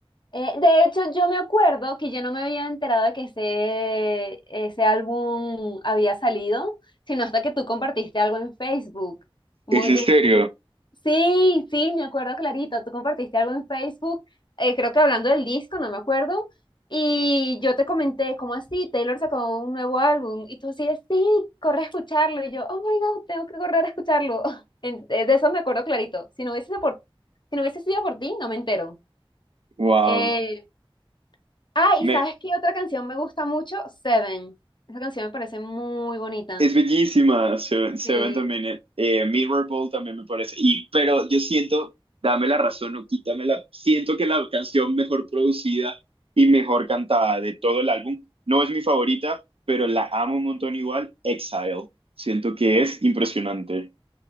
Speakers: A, on the left; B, on the right.
A: Eh, de hecho, yo me acuerdo que yo no me había enterado de que ese, ese álbum había salido, sino hasta que tú compartiste algo en Facebook Como,
B: ¿Es en serio?
A: Sí, sí, me acuerdo clarito. Tú compartiste algo en Facebook, eh, creo que hablando del disco, no me acuerdo. Y yo te comenté, ¿cómo así? Taylor sacó un nuevo álbum. Y tú así, sí, corre a escucharlo. Y yo, oh my God, tengo que correr a escucharlo. <laughs> En- eh, de eso me acuerdo clarito. Si no hubiese sido por, si no hubiese sido por ti, no me entero.
B: Wow.
A: Eh, ah,
B: Me,
A: y ¿sabes qué otra canción me gusta mucho? Seven. Esa canción me parece muy bonita.
B: Es bellísima, Seven, Seven
A: Sí.
B: también, eh, Mirror Mirrorball también me parece, y, pero yo siento, dame la razón o quítamela, siento que la canción mejor producida y mejor cantada de todo el álbum, no es mi favorita, pero la amo un montón igual, Exile, siento que es impresionante.